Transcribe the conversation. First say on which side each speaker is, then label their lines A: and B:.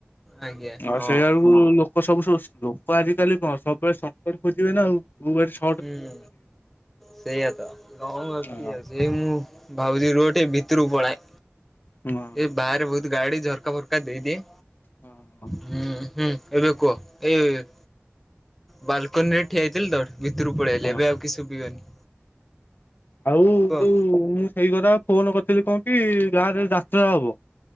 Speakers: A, in the centre; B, on the left (about 55°).
A: ଆଜ୍ଞା
B: ଆ
A: ହଁ
B: ସେଇଆଡକୁ
A: ହଁ
B: ଲୋକ ଲୋକ ସବୁ ସବୁ ଲୋକ ଆଜିକାଲି କଣ ସବୁବେଳେ ସଟକଟ ଖୋଜିବେ ନା ଆଉ ଭୂବନେଶ୍ଵ
A: ହୁଁ ସେଇଆାତ ନହୋଉ ଆଉ
B: ହଁ
A: କିଏ ଅଛି? ଏ ମୁଁ ଭାବୁଛି ରୋଟେ ଭିତରକୁ ପଳାଏ।
B: ଉଆଁ।
A: ଏ ବାହାରେ ବହୁତ ଗାଡି ଝରକା ଫରକା ଦେଇଦିଏ।
B: ହଁ ହଁ।
A: ହୁଁ ହୁଁ ଏବେ କୁହ। ଏ ବାଲକୁନି ରେ ଠିଆ ହୋଇଥିଲି ତ ଭିତରୁକୁ ପଳେଇଆଇଲି
B: ହଁ।
A: ଏବେ ଆଉ କିଛି ଶୁଭିବନି
B: ଆଉ
A: କୁହ
B: ଯୋଉ ମୁଁ ସେଇ କଥା ଫୋନ କରିଥିଲି କଣ କି ଗାଁ ରେ ଯାତ୍ରା ହବ।